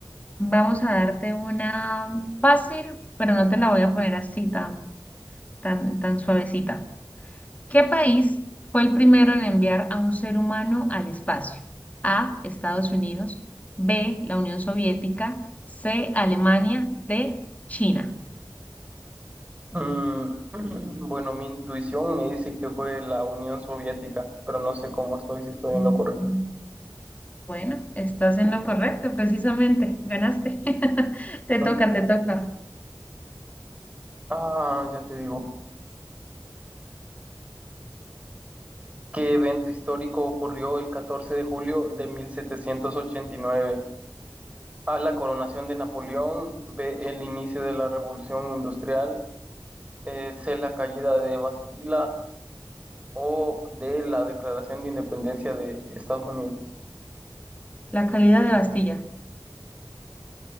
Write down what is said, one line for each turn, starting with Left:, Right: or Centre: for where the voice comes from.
Left: vamos a darte una fácil, pero no te la voy a poner así tan, tan, tan suavecita. ¿Qué país fue el primero en enviar a un ser humano al espacio? A, Estados Unidos, B, la Unión Soviética, C, Alemania, D, China.
Right: Mm, <clears throat> bueno, mi intuición me dice que fue la Unión Soviética, pero no sé cómo estoy, si estoy
Left: Mm.
Right: en lo correcto.
Left: Bueno, estás en lo correcto, precisamente. Ganaste. <laughs> Te
Right: <laughs>
Left: toca, te toca.
Right: Ah, ya te digo. ¿Qué evento histórico ocurrió el 14 de julio de 1789? A, la coronación de Napoleón, B, el inicio de la Revolución Industrial, eh, C, la caída de Bastila o D, la declaración de independencia de Estados Unidos.
Left: La caída de Bastilla,